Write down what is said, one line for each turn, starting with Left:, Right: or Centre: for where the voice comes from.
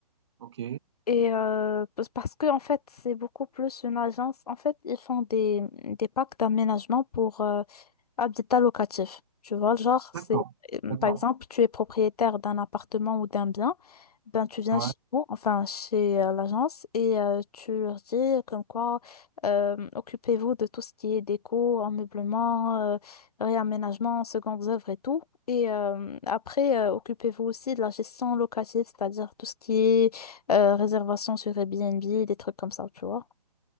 Right: Ok,
Left: Et euh, parce parce que en fait, c'est beaucoup plus une agence. En fait, ils font des, des packs d'aménagement pour, euh, Habitat locatif. Tu vois, genre,
Right: d'accord,
Left: c'est euh,
Right: d'accord.
Left: par exemple, tu es propriétaire d'un appartement ou d'un bien, ben tu viens
Right: Ouais,
Left: chez nous, enfin chez euh, l'agence, et euh, tu leur dis comme quoi euh, occupez-vous de tout ce qui est déco, ameublement, euh, réaménagement, secondes œuvres et tout. Et euh, après, euh, occupez-vous aussi de la gestion locative, c'est-à-dire tout ce qui est euh, réservation sur Airbnb, des trucs comme ça, tu vois.